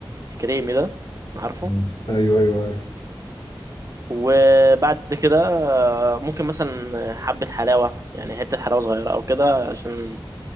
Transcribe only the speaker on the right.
الكريمي ده عارفه
وبعد كده آه، ممكن مثلا حبة حلاوة يعني حتة حلاوة صغيرة أو كده عشان